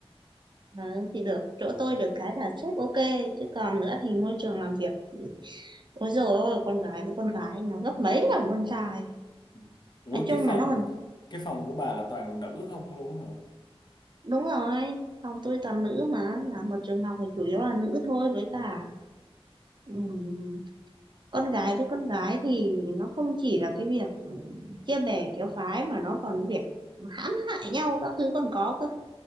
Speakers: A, on the right; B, on the left.
A: ừ, thì được chỗ tôi được cái là sếp ok chứ còn nữa thì môi trường làm việc thì- ôi dồi ôi con gái với con gái nó gấp mấy lần con trai
B: Ừ. Ủa
A: nói chung
B: cái phòng
A: là nó
B: cái phòng của bà là toàn nữ không luôn hả?
A: Đúng rồi, phòng tôi toàn nữ mà, là một trường học thì chủ yếu là nữ thôi với cả ừm, con gái với con gái thì nó không chỉ là cái việc ừm, chia bè kéo phái mà nó còn việc hãm hại nhau các thứ còn có cơ.